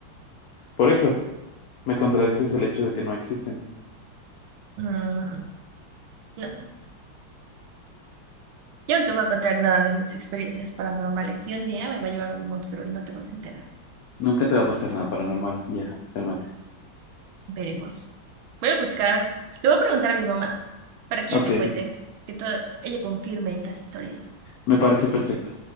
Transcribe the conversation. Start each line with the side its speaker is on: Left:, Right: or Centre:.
Left: Por eso, me contradices el hecho de que no existen.
Right: Mm, no, yo no te voy a contar nada de mis experiencias paranormales y un día me va a llevar un monstruo y no te vas a enterar.
Left: Nunca te va a pasar nada paranormal. Ya, cálmate.
Right: Veremos. Voy a buscar. Le voy a preguntar a mi mamá para que
Left: Ok,
Right: ella te cuente, que to- ella confirme estas historias.
Left: me parece perfecto.